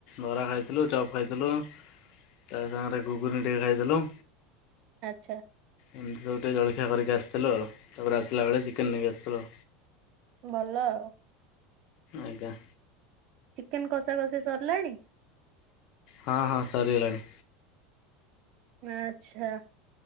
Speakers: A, on the left; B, on the right.
A: ବରା ଖାଇଥିଲୁ ଚପ୍ ଖାଇଥିଲୁ। ତା ସାଙ୍ଗରେ ଘୁଗୁନ ଟିକେ ଖାଇଦେଲୁ।
B: ଆଚ୍ଛା।
A: ଏମିତି ସବୁ ଟିକେ ଜଳଖିଆ କରିକି ଆସିଥିଲ ଆ ତାପରେ ଆସିଲାବେଳେ ଚିକେନ ନେଇକି ଆସିଥିଲ।
B: ଭଲ ଆଉ
A: ଆଜ୍ଞା
B: ଚିକେନ କଷା କଷି ସରିଲାଣି
A: ହଁ ହଁ ସରିଗଲାଣି
B: ଆ ଆଛା